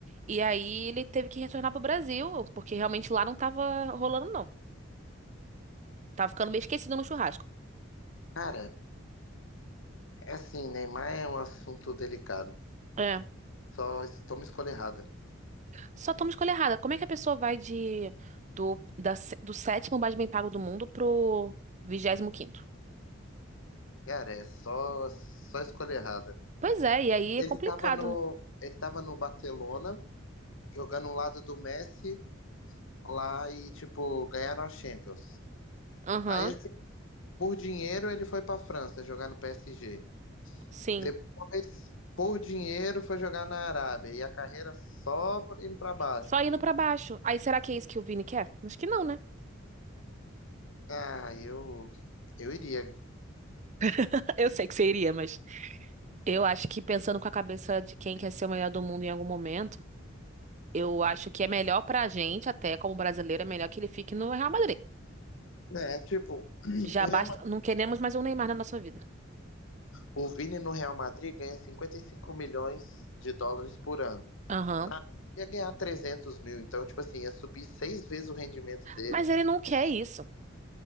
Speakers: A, on the right (about 35°); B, on the left (about 70°).
A: E aí ele teve que retornar pro Brasil, porque realmente lá não tava rolando, não. Tava ficando meio esquecido no churrasco.
B: Cara, é assim, Neymar é um assunto delicado.
A: É.
B: Só es- toma escolha errada.
A: Só toma escolha errada. Como é que a pessoa vai de do, da sé- do sétimo mais bem pago do mundo pro vigésimo quinto?
B: Cara, é só, só escolha errada.
A: Pois é, e aí
B: Ele
A: é complicado,
B: tava no,
A: né?
B: ele tava no Barcelona, jogando ao lado do Messi lá e, tipo, ganharam a Champions.
A: Aham,
B: Aí, assim, por dinheiro, ele foi pra França jogar no PSG.
A: sim.
B: Depois, por dinheiro, foi jogar na Arábia. E a carreira só pra- indo pra baixo.
A: Só indo pra baixo. Aí será que é isso que o Vini quer? Acho que não, né?
B: Ah, eu, eu iria.
A: <laughs> Eu sei que seria, mas eu acho que pensando com a cabeça de quem quer ser o melhor do mundo em algum momento, eu acho que é melhor pra gente, até como brasileiro, é melhor que ele fique no Real Madrid.
B: É, tipo, <clears throat>
A: Já
B: o
A: basta,
B: Real, Ma-
A: não queremos mais um Neymar na nossa vida.
B: o Vini no Real Madrid ganha 55 milhões de dólares por ano.
A: Aham.
B: Na ia ganhar 300 mil, então, tipo assim, ia subir seis vezes o rendimento dele.
A: Mas ele não quer isso.